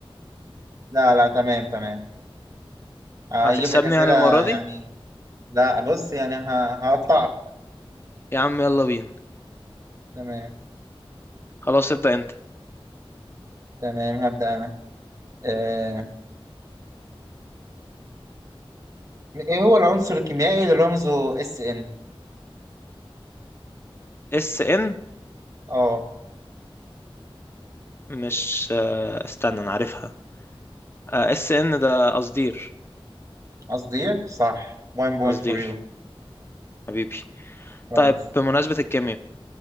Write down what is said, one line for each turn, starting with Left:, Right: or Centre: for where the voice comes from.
Right: لا لا تمام تمام هجيب
Left: هتكسبني
Right: لك اسئله
Left: يعني المرة
Right: يعني
Left: دي
Right: لا بص يعني ه- هقطعك
Left: يا عم يلا بينا
Right: تمام
Left: خلاص ابدأ انت
Right: تمام هبدا انا آه. ايه هو العنصر الكيميائي اللي رمزه اس ان
Left: اس ان
Right: اه
Left: مش آه، استنى انا عارفها اس ان ده قصدير
Right: قصدي صح 1 point
Left: قصدير
Right: for you
Left: حبيبي
Right: كويس
Left: طيب بمناسبة الكيمياء